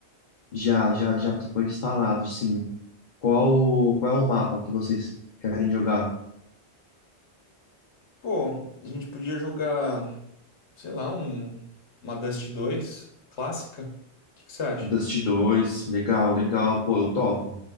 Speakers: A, on the left (about 45°); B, on the left (about 80°).
A: Já, já, já tô com ele instalado, sim. Qual, qual é o mapa que vocês querem jogar?
B: Pô, a gente podia jogar, sei lá, um, uma Dust 2 clássica. O que que você acha?
A: Dust dois, legal, legal. Pô, eu topo.